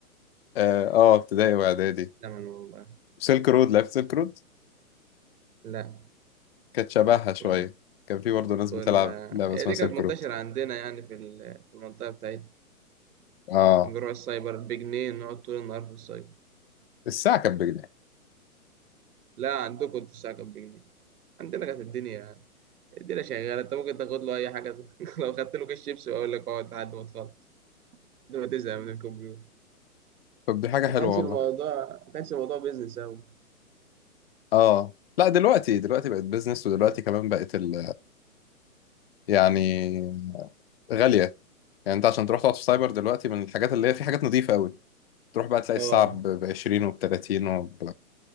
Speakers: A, on the left; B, on the right.
A: اه آه، ابتدائي واعدادي
B: زمان والله
A: سيلك رود لعبت سيلك رود
B: لا
A: كانت شبهها شويه
B: كنا
A: كان في برضه ناس
B: كنا
A: بتلعب لعبه
B: هي
A: اسمها
B: دي
A: سيلك
B: كانت منتشرة
A: رود
B: عندنا يعني في ال- في المنطقة بتاعتنا
A: اه
B: نروح السايبر بجنيه نقعد طول النهار في السايبر
A: الساعه كانت بجنيه
B: لا عندكم انتوا الساعة كانت بجنيه عندنا كانت الدنيا الدنيا شغالة انت ممكن تاخد له أي حاجة <laughs> لو خدت له كيس شيبسي وأقول لك اقعد لحد ما تخلص لحد ما تزهق من الكمبيوتر
A: طب دي حاجه حلوه
B: ما كانش
A: والله
B: الموضوع ما كانش الموضوع بيزنس أوي
A: اه لا دلوقتي دلوقتي بقت بيزنس ودلوقتي كمان بقت ال... يعني غالية يعني انت عشان تروح تقعد في سايبر دلوقتي من الحاجات اللي هي في حاجات نظيفة قوي تروح بقى تلاقي
B: اه
A: الساعة ب 20 وب 30 وب...